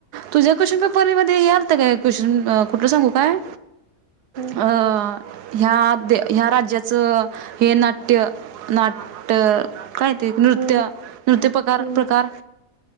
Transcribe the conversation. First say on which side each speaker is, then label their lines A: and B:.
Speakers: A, on the right; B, on the right.
A: तुझ्या क्वेशन पेपर मध्ये हे आलात काय क्वेशन कुठलं सांगू काय.
B: हम्म
A: अ... ह्या ह्या राज्याचं हे नाट्य नाट्य काय? ते नृत्य
B: हम्म
A: नृत्य प्रकार
B: हम्म
A: प्रकार